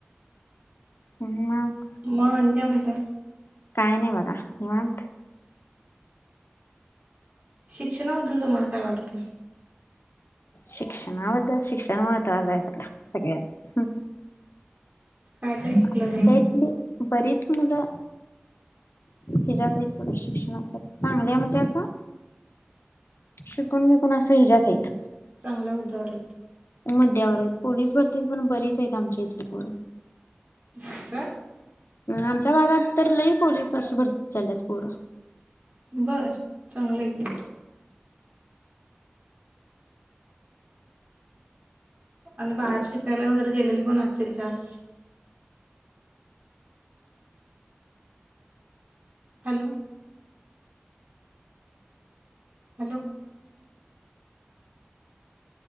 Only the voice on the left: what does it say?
ह
काय नाही बघा निमत
शिक्षणाबद्दल शिक्षण महत्वाचं आहे. सगळं सगळ्यात
आमच्या
इथली बरीच मुलं हच्यात आहेत थोड्या शिक्षणाच्या चांगल्या म्हणजे असं शिकून विकून असं हजत आहेत.
मध्यावर आहेत पोलीस भरती पण बरीच आहेत आमच्या इथली पर
आमच्या भागात तर लई पोलीस अे भरती चाल्यात पोरं